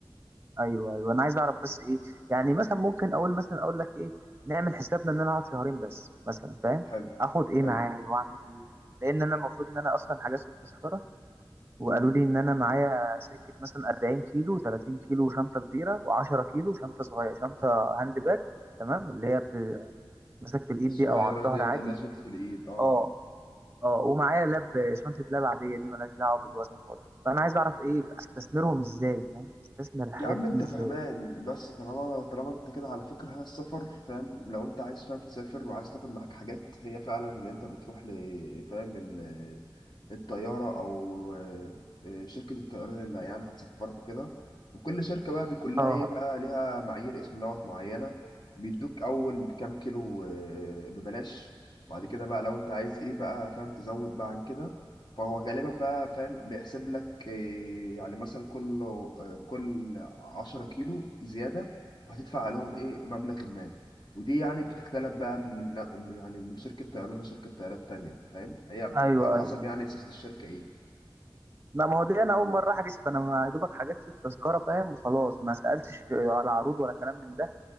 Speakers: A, on the right; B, on the left.
A: ايوه ايوه انا عايز اعرف بس ايه يعني مثلا ممكن اقول مثلا اقول لك ايه نعمل حسابنا ان انا اقعد شهرين بس مثلا فاهم
B: حلو
A: اخد ايه
B: حلو
A: معايا واعمل ايه لان انا المفروض ان انا اصلا حجزت التذكرة
B: مم.
A: وقالوا لي ان انا معايا سكة مثلا 40 كيلو 30 كيلو شنطة كبيرة و10 كيلو شنطة صغيرة شنطة هاند باج تمام اللي هي بت- ماسك في الايد
B: الصغيرة
A: دي او على الظهر
B: ديت
A: عادي
B: اللي هي سلطة الإيد اه
A: اه اه ومعايا لاب شنطة لاب عادية دي ملهاش دعوة بالوزن خالص فأنا عايز أعرف إيه أستثمرهم إزاي فاهم أستثمر الحاجات
B: يا عم
A: دي
B: انت
A: إزاي
B: فهمان بس طالما طالما انت كده على فكرة هي السفر فاهم لو انت عايز فاهم تسافر وعايز تاخد معاك حاجات هي فعلا ان انت بتروح ل- فاهم ال- الطيارة او اه، آه، شركة الطيران اللي يعني هتسفرك وكده وكل شركة بقى بيكون لها
A: اه
B: ايه بقى ليها معايير اسم دوت معينة بيدوك اول كام كيلو اه، ببلاش بعد كده بقى لو انت عايز ايه بقى فاهم تزود بقى عن كده فهو غالبا بقى فاهم بيحسب لك إيه، يعني مثلا كل آه، كل 10 كيلو زيادة هتدفع عليهم ايه مبلغ ما ودي يعني بتختلف بقى من يعني من شركة طيران لشركة طيران تانية فاهم هي
A: أيوه
B: على حسب
A: أيوه أيوه
B: يعني سياسة الشركة ايه
A: لا ما هو دي أنا أول مرة أحجز فأنا ما يا دوبك حجزت التذكرة فاهم وخلاص ما سألتش في على عروض ولا كلام من ده